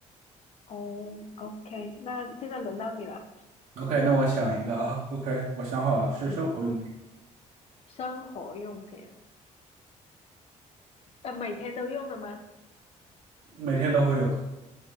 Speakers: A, on the left; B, on the right.
A: 哦，OK，那现在轮到你了。
B: ，OK，那我想一个啊，OK，我想好了，是生活用品，
A: 嗯，生活用品，呃，每天都用的吗？
B: 每天都会有，